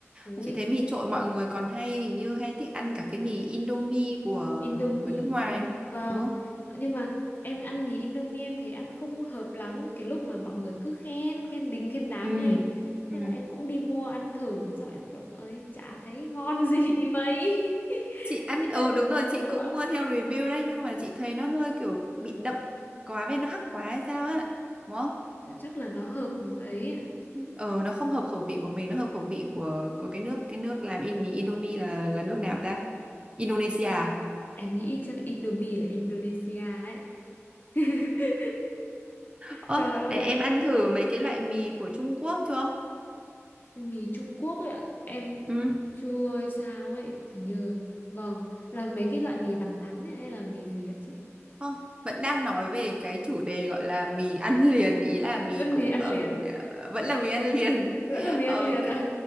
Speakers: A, on the left; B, on the right.
A: ôi
B: Mà chị thấy mì trộn mọi người còn hay hình như hay thích ăn cả cái mì Indomie của
A: Indomie
B: của nước ngoài
A: của vâng
B: đúng không
A: nhưng mà em ăn mì Indomie em thấy ăn không hợp lắm cái lúc mà mọi người cứ khen khen đình khen đám
B: ừ
A: lên
B: ừ
A: thế là em cũng đi mua ăn thử sau em kiểu ơi chả thấy ngon gì mấy <laughs>
B: chị ăn
A: chị ạ,
B: ừ đúng rồi
A: chị
B: chị
A: không
B: cũng
A: ạ.
B: mua theo review đấy nhưng mà chị thấy nó hơi kiểu bị đậm quá với nó hắc quá hay sao á đúng không
A: chắc là nó hợp ấy
B: ờ nó không hợp khẩu vị của mình nó hợp khẩu vị của của cái nước cái nước làm in mì Indomie là là nước nào ta Indonesia à?
A: em nghĩ chắc Indomie là Indonesia ấy <laughs>
B: ơ
A: Trời ơi
B: này em ăn thử mấy cái loại mì của Trung Quốc chưa
A: mì Trung Quốc ấy ạ, em
B: ừ
A: chưa hay sao ấy thì như vâng là mấy cái loại mì vằn thắn ấy, hay là mì gì ạ chị
B: không vẫn đang nói về cái chủ đề gọi là mì ăn liền ý là mì
A: vẫn
B: cũng
A: mì ăn
B: ở
A: liền
B: vẫn là mì ăn liền
A: vẫn
B: <laughs>
A: là mì
B: ờ,
A: ăn liền
B: kiểu,
A: ạ